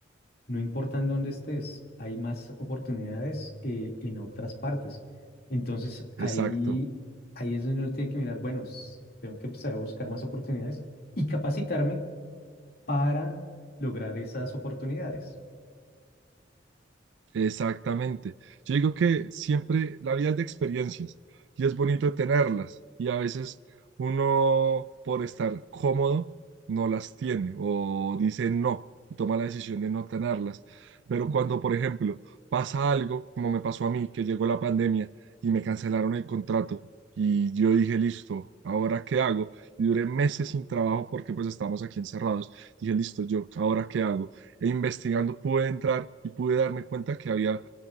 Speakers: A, on the left; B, on the right.
A: no importa en dónde estés, hay más oportunidades eh, en otras partes. Entonces ahí,
B: exacto.
A: ahí es donde uno tiene que mirar, bueno, s- tengo que empezar a buscar más oportunidades y capacitarme para lograr esas oportunidades.
B: Exactamente. Yo digo que siempre la vida es de experiencias y es bonito tenerlas y a veces uno por estar cómodo no las tiene o dice no y toma la decisión de no tenerlas. Pero cuando, por ejemplo, pasa algo, como me pasó a mí, que llegó la pandemia y me cancelaron el contrato y yo dije, listo, ¿ahora qué hago? Y duré meses sin trabajo porque pues estábamos aquí encerrados. Dije, listo, yo, ¿ahora qué hago? e investigando pude entrar y pude darme cuenta que había